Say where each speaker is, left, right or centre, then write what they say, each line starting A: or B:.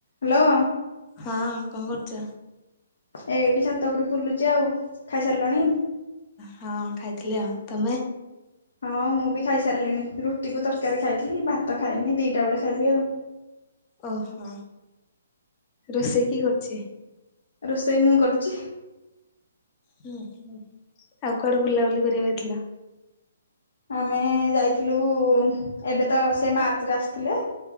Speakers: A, on the left; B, on the left.
A: Hello.
B: ହଁ କଣ କରୁଛ?
A: ଏଇଟି ଛାତ ଉପରେ ବୁଲୁଛି ଆଉ ଖାଇସାରିଲଣି?
B: ହଁ ଖାଇଥିଲି ଆଉ। ତମେ?
A: ହଁ ମୁଁ ବି ଖାଇସାରିଲିଣି ରୁଟିକୁ ତରକାରୀ ଖାଇଥିଲି ଭାତ ଖାଇନି ଦିଟା ବେଳେ ଖାଇବି ଆଉ।
B: ଓହୋ ରୋଷେଇ କିଏ କରୁଛି?
A: ରୋଷେଇ ମୁଁ କରୁଛି।
B: ହୁଁ ହୁଁ ଆଉ କୁଆଡେ ବୁଲାବୁଲି କରିବାକୁ ଯାଇଥିଲ?
A: ଆମେ ଯାଇଥିଲୁ ଏବେ ତ ସେ ମାର୍ଚ୍ଚ ରେ ଆସିଥିଲେ